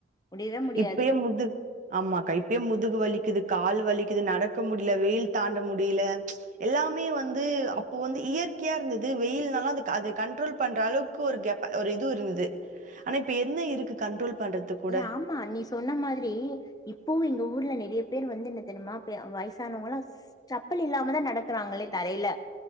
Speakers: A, on the left (about 20°); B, on the right (about 45°).
A: முடியவே முடியாது
B: இப்பயே முதுக் ஆமாக்கா இப்பயே முதுகு வலிக்குதுக் கால் வலிக்குது நடக்க முடில வெயில் தாண்ட முடில எல்லாமே வந்து அப்போ வந்து இயற் கியா இருந்துது வெயில்னாலு அது அது கண்ட்ரோல் பண்றளவுக்கு ஒரு கெப் ஒரு இது இருந்துது ஆனா இப்ப என்ன இருக்கு கண்ட்ரோல் பண்றது கூட
A: ஏ ஆமா நீ சொன்ன மாதிரி இப்பவு எங்க ஊர்ல நறைய பேர் வந்து என்ன தெரியுமா பெ வயசானவங்கலா சப் பல் இல்லாம தா நடக்கிறாங்களே தரையில